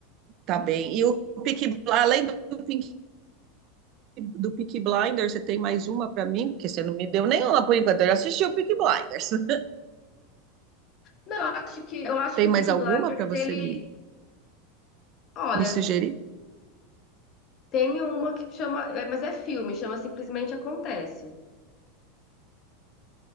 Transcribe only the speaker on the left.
Não, eu acho que eu acho
que o
Peaky
Blinders,
ele,
olha,
tem uma que chama, é, mas é filme, chama Simplesmente Acontece.